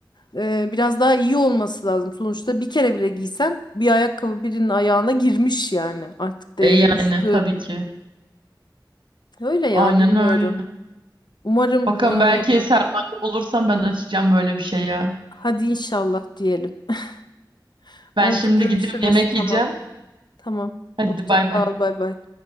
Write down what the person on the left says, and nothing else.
e, biraz daha iyi olması lazım. Sonuçta bir kere bile giysen bir ayakkabı birinin ayağına girmiş yani artık değeri
düştü.
Öyle ya
bilmiyorum.
Umarım
e,
hadi inşallah diyelim. <laughs>
Oldu
görüşürüz
tamam.
Tamam.
Hoşça
kal.
Bay bay.